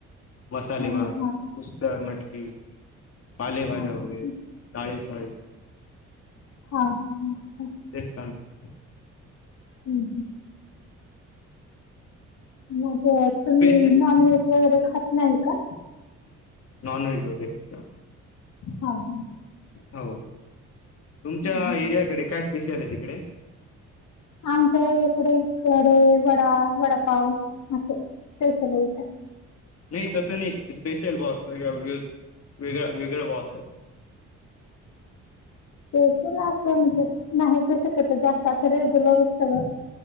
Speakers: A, on the left; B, on the left.
A: मसालेभार,
B: हा हा
A: उस्त, मटकी पालेभाजा
B: अच्छा
A: वगैरे डाळी ची <unintelligible>
B: हा हा अच्छा.
A: सांगतो
B: हम्म हम्! मग तुम्ही
A: स्पेशल
B: नॉन व्हेज वगैरे खात नाही का?
A: नाॉनवेज <unintelligible>
B: हा हा.
A: हो! तुमच्या
B: हम्म
A: एरियाकडे काय स्पेशल आहे तिकडे?
B: आमच्या एरिया कडे वडा, वडापाव अस स्पेशल येत.
A: नाही तसं नाही स्पेशल बाऊ सगळ्यू वेगळा वेगळा बाऊ आस! <inaudible>
B: स्पेल्सियल अस म्हणजे नाहीच शक्यत जास्त असं रेग्युलर सगळ.